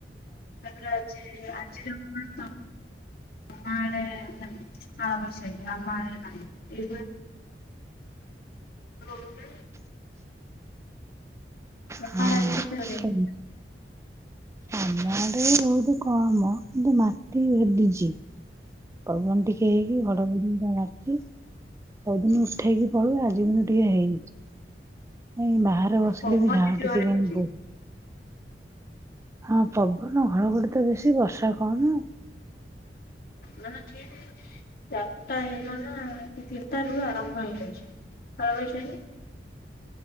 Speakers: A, on the left; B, on the right.
A: ତାପରେ ଆଜି ଆଜି <unintelligible> ତମ ଆଡ଼େ ଖାଲି କାଳବୈଶାଖୀ ଆମ ଆଡେ ନାହିଁ। <unintelligible> ତମ
B: ହଁ
A: ଆଡେ ଆଜି କେତେ? <unintelligible>
B: ଆମ ଆଡେ ବହୁତ କମ୍ କିନ୍ତୁ ମାଟି ଭେଦିଛି। ପବନ ଟିକେ ହେଇକି ଘଡଘଡି ମାରିଛି ସବୁଦିନ ଉଠେଇକି ପଳାଏ ଆଜି କିନ୍ତୁ ଟିକେ ହେଇଛି। ଏଇ ବାହାରେ ବସିଲେ
A: ପବନ
B: ବି ଝାଳ
A: ଜୋରେ
B: ଟିକେ କାଇଁ
A: ହଉଛି
B: ବୋ ହଁ ପବନ ଘଡଘଡି ତ ବେଶୀ ବର୍ଷା କମ୍ ଆଉ।
A: ମାନେ ଠିକ ଚାରଟା ହେଇଗଲା <unintelligible> ତିନିଟାରୁ ଆରମ୍ଭ ହେଇଯାଉଛି କାଳବୈଶାଖୀ।